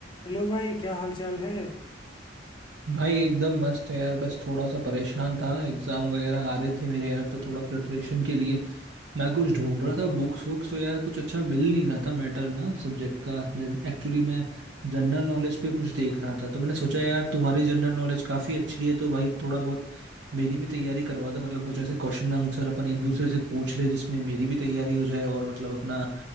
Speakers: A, on the left (about 25°); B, on the right (about 70°).
A: Hello भाई क्या हाल चाल है
B: भाई एकदम मस्त है यार बस थोड़ा सा परेशान था एग्जाम वगैरह आ रहे थे मेरे यार तो थोड़ा प्रिपरेशन के लिए मैं कुछ ढूंढ रहा था बुक्स वुक्स तो यार कुछ अच्छा मिल नहीं रहा था मैटर ना सब्जेक्ट का मैं एक्चुअली मैं जनरल नॉलेज पे कुछ देख रहा था तो मैंने सोचा यार तुम्हारी जनरल नॉलेज काफी अच्छी है तो भाई थोड़ा बहुत मेरी भी तैयारी करवा दो मतलब कुछ ऐसे क्वेश्चन आंसर अपन एक दूसरे से पूछ ले जिसमें मेरी भी तैयारी हो जाए और मतलब अपना